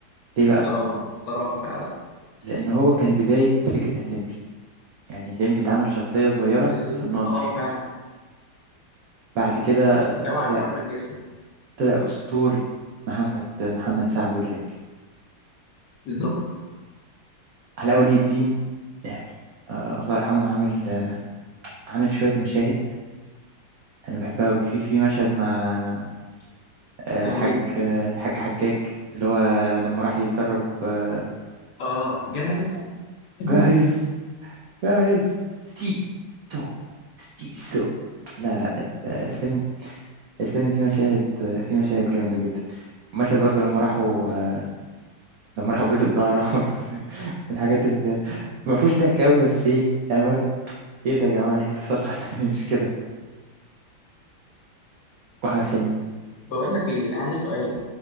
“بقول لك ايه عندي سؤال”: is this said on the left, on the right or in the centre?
Left